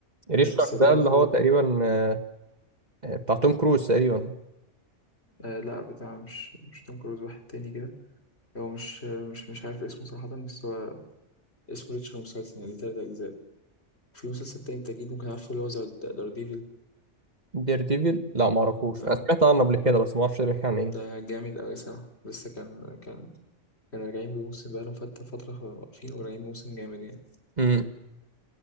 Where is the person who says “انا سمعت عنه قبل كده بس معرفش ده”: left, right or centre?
Right